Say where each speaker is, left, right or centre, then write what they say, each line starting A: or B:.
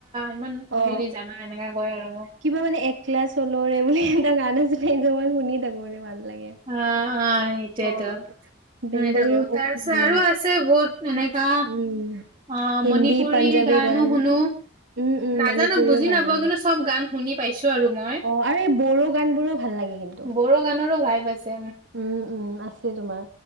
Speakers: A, on the right; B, on the right.
A: ইমান
B: অ
A: হেৰি যা। ন এনেকা। কয় আৰু মোক
B: কিবা মানে এক লা চলৰে এই বুলি এটা গান আছিলে সেইটো মই শুনি থাকো মানে ভাল। লাগে।
A: অ', অ', এইটোয়েতো
B: অ
A: শুনি
B: বেংগলীৰ
A: থাকো
B: বহুত
A: তাৰ পিছত
B: উম
A: আৰু আছে বহুত এনেকা
B: উম।
A: অ',
B: হিন্দী
A: মণিপুৰী
B: পাঞ্জাবী
A: গানো
B: গান।
A: শুনো
B: উম উম
A: নাজানো
B: মণিপুৰীও
A: বুজি
B: ভাল
A: নাপাও
B: লাগে
A: কিন্তু চব গান শুনি পাইছো। আৰু মই
B: অ আৰু এই বড়ো গান বোৰো ভাল লাগে কিন্তু
A: বড়ো গানৰো ভাইব আছে
B: উম উম আছে। তোমাৰ